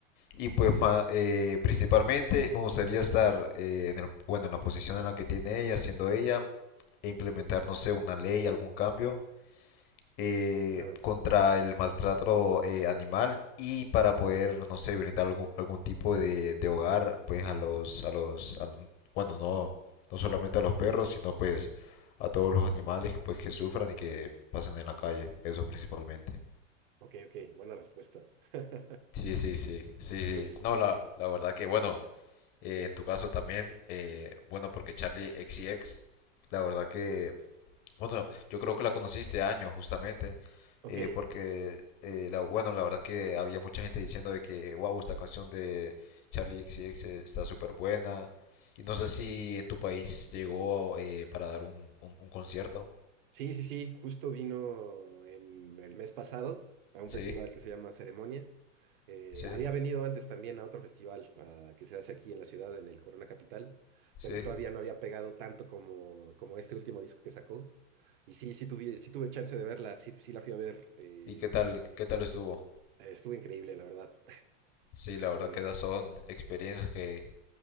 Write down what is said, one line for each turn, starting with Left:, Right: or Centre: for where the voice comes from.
Left: Y pues eh, principalmente me gustaría estar eh, en el- bueno, en la posición en la que tiene ella, siendo ella, e implementar, no sé, una ley, algún cambio eh,
Right: claro,
Left: contra el maltrato eh, animal y para poder, no sé, brindar algún, algún tipo de, de hogar, pues a los, a los, a- bueno, no, no solamente a los perros, sino pues a todos los animales pues que sufran y que pasen en la calle, eso principalmente.
Right: ok, ok, buena respuesta. <laughs>
Left: Sí, sí, sí, sí, sí.
Right: Pues,
Left: No, la, la verdad que bueno. eh, en tu caso también, eh, bueno, porque Charlie X C X la verdad que, bueno, yo creo que la conociste años justamente,
Right: ok,
Left: eh, porque, eh, la, bueno, la verdad que había mucha gente diciendo de que, wow, esta canción de Charlie X C X está súper buena, y no sé si en tu país llegó eh, para dar un, un, un concierto,
Right: Sí, sí, sí, justo vino en el mes pasado a un
Left: sí,
Right: festival que se llama Ceremonia. Eh,
Left: sí,
Right: había venido antes también a otro festival ah, que se hace aquí en la ciudad, en el Corona Capital,
Left: sí,
Right: pero todavía no había pegado tanto como, como este último disco que sacó. Y sí, sí tuve, sí tuve chance de verla, sí, sí la fui a ver. eh,
Left: y qué tal, qué tal estuvo,
Right: eh, estuvo increíble, la verdad.
Left: sí, la verdad
Right: <laughs> Eh,
Left: que esas son experiencias que